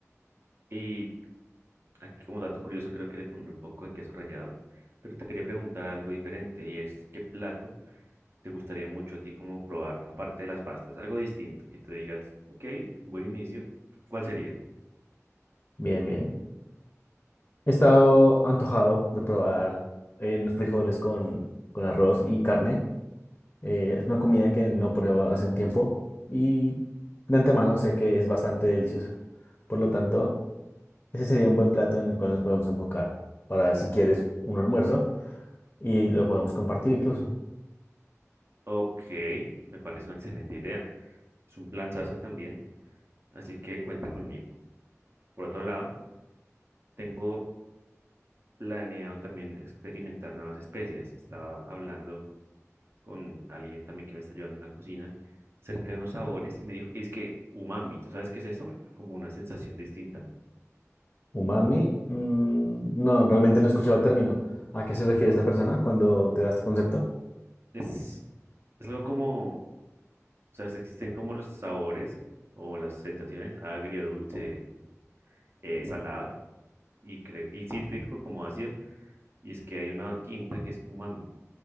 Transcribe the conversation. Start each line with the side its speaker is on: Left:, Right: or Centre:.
Right: y aquí como dato curioso creo que le pondré un poco de queso rallado, pero te quería preguntar algo diferente y es, ¿qué plato te gustaría mucho a ti como probar, aparte de las pastas? Algo distinto, que tú digas, ok, buen inicio, ¿cuál sería?
Left: Bien, bien. He estado antojado de probar eh, unos frijoles con, con arroz y carne. Eh, es una comida que no pruebo hace un tiempo y de antemano sé que es bastante deliciosa. Por lo tanto, ese sería un buen plato en el cual nos podemos enfocar para si quieres un almuerzo y lo podemos compartir incluso.
Right: Ok, me parece una excelente idea. Es un planzazo también, así que cuenta conmigo. Por otro lado, tengo planeado también experimentar nuevas especies. Estaba hablando con alguien también que me está ayudando en la cocina acerca de unos sabores y me dijo que es que umami, ¿tú sabes qué es eso? Como una sensación distinta.
Left: Umami, mm, no, realmente no he escuchado el término. ¿A qué se refiere esta persona cuando te da este concepto?
Right: Es, es algo como, o sea, existen como los sabores o las sensaciones agrio, dulce, eh, salado y, cre- y cítrico como ácido. Y es que hay una quinta que es umami.